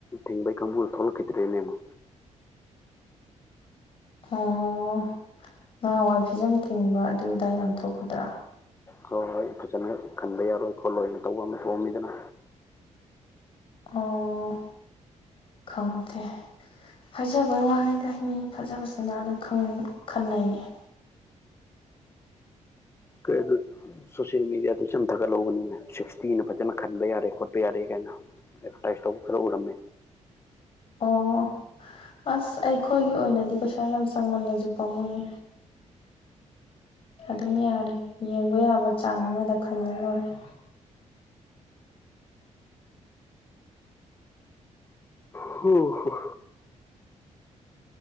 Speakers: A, on the left; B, on the left.
A: ꯊꯤꯡꯕꯒꯤ ꯀꯥꯡꯕꯨꯗꯨ ꯊꯣꯛꯂꯛꯈꯤꯗ꯭ꯔꯦꯅꯦꯕꯣ
B: ꯑꯣ ꯉꯍꯥꯟꯋꯥꯏ ꯐꯤꯖꯪ ꯊꯤꯡꯕ ꯑꯗꯨ ꯑꯗꯥꯏ ꯌꯥꯝ ꯊꯣꯛꯄꯗ꯭ꯔꯥ
A: ꯍꯣꯏ ꯍꯣꯏ ꯐꯖꯅ ꯈꯟꯕ ꯌꯥꯔꯣꯏ ꯈꯣꯠꯂꯣꯏꯅ ꯇꯧꯕ ꯑꯃ ꯊꯣꯛꯑꯝꯃꯤꯗꯅ
B: ꯑꯣ ꯈꯪꯗꯦ ꯍꯥꯏꯖꯕ ꯋꯥꯅꯤꯗ ꯃꯤ ꯐꯖ ꯐꯖ ꯅꯥꯟꯅ ꯈꯟꯅꯩꯌꯦ
A: ꯀꯩ ꯑꯗꯨ ꯁꯣꯁꯤꯌꯦꯜ ꯃꯦꯗꯤꯌꯥꯗ ꯆꯨꯝꯊꯒꯠꯂꯧꯕꯅꯤꯅꯦ ꯁꯤꯛꯁꯇꯤꯅ ꯐꯖꯅ ꯈꯟꯕ ꯌꯥꯔꯦ ꯈꯣꯠꯄ ꯌꯥꯔꯦ ꯀꯥꯏꯅ ꯑꯦꯗꯚꯔꯇꯥꯏꯁ ꯇꯧꯕ ꯈꯔ ꯎꯔꯝꯃꯦ
B: ꯑꯣ ꯑꯁ ꯑꯩꯈꯣꯏꯒꯤ ꯑꯣꯏꯅꯗꯤ ꯄꯩꯁꯥ ꯌꯥꯝ ꯆꯪꯃꯜꯂꯁꯨ ꯄꯥꯝꯃꯨꯌꯦ ꯑꯗꯨꯝ ꯌꯥꯔꯦ ꯌꯦꯡꯕ ꯌꯥꯕ ꯆꯥꯡ ꯑꯃꯗ ꯈꯜꯂ ꯂꯣꯏꯔ
A: ꯍ ꯍꯣ